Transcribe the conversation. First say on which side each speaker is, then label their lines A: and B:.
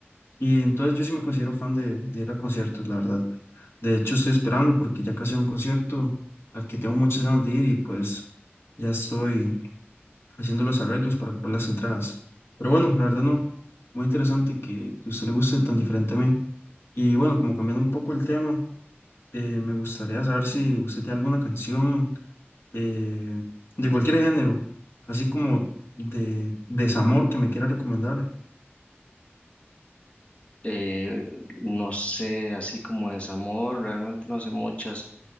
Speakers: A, on the left; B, on the left.
A: Y entonces yo sí me considero fan de, de ir a conciertos, la verdad. De hecho, estoy esperando porque ya casi hay un concierto al que tengo muchas ganas de ir y pues ya estoy haciendo los arreglos para comprar las entradas. Pero bueno, la verdad no. Muy interesante que, que a usted le guste tan diferente a mí. Y bueno, como cambiando un poco el tema eh, me gustaría saber si usted tiene alguna canción eh, de cualquier género, así como de desamor que me quiera recomendar.
B: Eh, no sé, así como desamor, realmente no sé muchas.